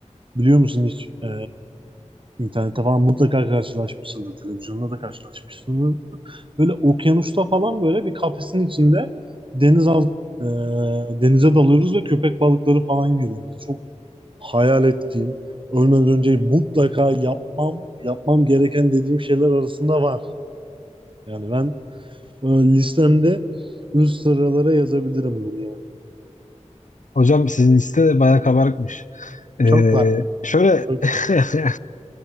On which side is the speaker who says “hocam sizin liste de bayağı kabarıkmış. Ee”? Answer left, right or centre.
Left